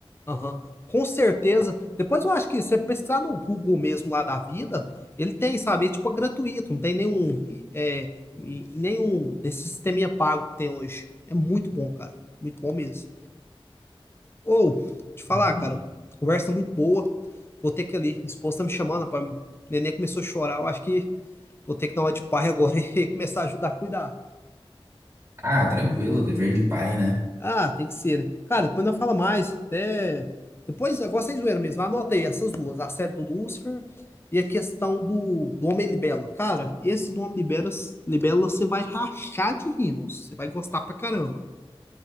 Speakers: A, on the left (about 25°); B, on the right (about 25°).
A: aham. Com certeza. Depois eu acho que se você pesquisar no Google mesmo lá da vida, ele tem, sabe? É tipo é gratuito, não tem nenhum, é, e- é, e nenhum desse sisteminha pago que tem hoje. É muito bom, cara. Muito bom mesmo. Ou, te falar,
B: Hum.
A: cara, conversa muito boa. Vou ter que ir ali. Minha esposa tá me chamando, rapaz. O neném começou a chorar. Eu acho que vou ter que dar uma de pai agora <laughs> e começar a ajudar a cuidar.
B: Ah, tranquilo, dever de pai, né?
A: Ah, tem que ser, né? Cara, depois não fala mais. Até... Depois, agora sem zoeira mesmo, anota aí essas duas, a série do Lucifer e a questão do, do Homem Libelo. Cara, esse do Homem Libelo, Libelo você vai rachar de rimos. Você vai gostar pra caramba.